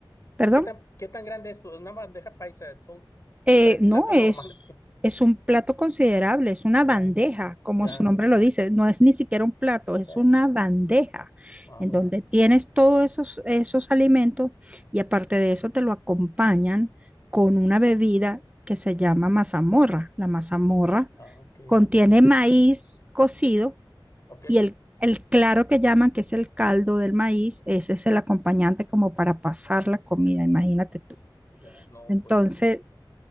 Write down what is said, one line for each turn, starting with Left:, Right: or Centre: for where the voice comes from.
Right: perdón,
Left: qué tan, qué tan grande es una bandeja paisa? Son
Right: Eh,
Left: tres platos
Right: no, es,
Left: normales que
Right: es un plato considerable, es una
Left: ya,
Right: bandeja, como
Left: ya,
Right: su nombre lo dice, no es ni siquiera un plato, es
Left: ya.
Right: una bandeja
Left: Ah,
Right: en
Left: muy
Right: donde
Left: bien.
Right: tienes todos esos, esos alimentos y aparte de eso te lo acompañan con una bebida que se llama mazamorra. La mazamorra
Left: Ah, ok.
Right: contiene maíz cocido
Left: Ok,
Right: y el, el claro que llaman, que es el caldo del maíz, ese es el acompañante como para pasar la comida, imagínate tú.
Left: ya, no,
Right: Entonces,
Left: pues.